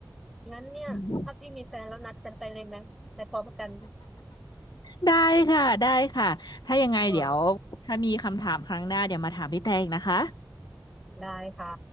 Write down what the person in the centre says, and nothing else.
งั้นเนี่ยถ้าพี่มีแฟนแล้วนัดกันไปเลยไหมไปพร้อมกัน
<laughs> อ๋อได้ค่ะ